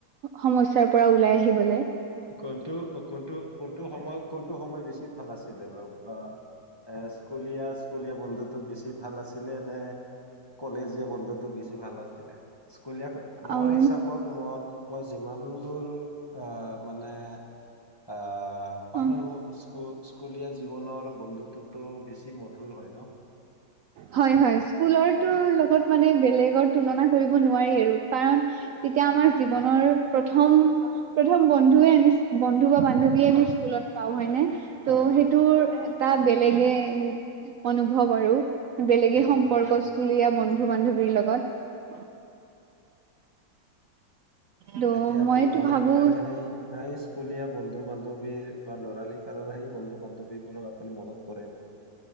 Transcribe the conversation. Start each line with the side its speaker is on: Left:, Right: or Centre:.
Right: সমচ সাৰ পৰা ওলাই আহিবলে।
Left: কোনটো, কোনটো, কোনটো সময়? কোনটো সময় বেছি ভাল আছিলে বাৰু? আ, এ, স্কুলীয়া, স্কুলীয়া বন্ধুতো বেছি ভাল আছিলে নে? কলেজীয়া বন্ধুতো বেছ ব ভাল আছিলে, স্কুলীয়া মোৰ
Right: উম
Left: হিচাপত মই, মই যিমান দূৰ অ' মানে আ আ, পালোঁ
Right: অ
Left: স্কু-স্কুলীয়া জীৱনৰ বন্ধুটো টো বেছি মধুৰ হয় ন?
Right: হয়, হয়। স্কুলৰটো লগত মানে বেলেগৰ তুলনা কৰিব নোৱাৰি আৰু কাৰণ তেতিয়া আমাৰ জীৱনৰ
Left: হয়
Right: প্ৰথম, প্ৰথম বন্ধুৱে আমি বন্ধু বা বান্ধৱীয়ে আমি স্কুলত পাওঁ হয়নে। ত'
Left: হয়
Right: সেইটোৰ এটা বেলেগে উম অনুভৱ আৰু। বেলেগে
Left: হয়
Right: সম্পৰ্কস্থুলীয়া
Left: বেলেগ
Right: বন্ধু-বান্ধৱীৰ
Left: উম।
Right: লগত। ত'
Left: এতিয়া আপুনি
Right: মইতো
Left: মনত
Right: ভাবো
Left: পৰে নে হাই-হাই স্কুলীয়া বন্ধু বান্ধৱীৰ বা ল'ৰালি কালৰ সেই বন্ধু বান্ধৱীবোৰক আপুনি মনত পৰেনে?